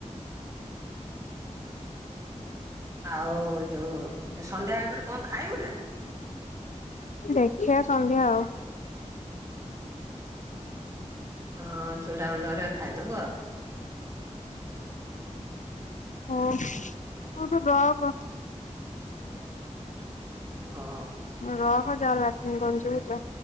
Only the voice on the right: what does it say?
ଆଉ ଯୋଉ ସନ୍ଧ୍ୟାବେଳ ପରେ କଣ ଖାଇବୁ ନା
ହଁ ଚୂଡ଼ା ଗୁଣ୍ଡରେ ଖାଇଦବୁ
ହଁ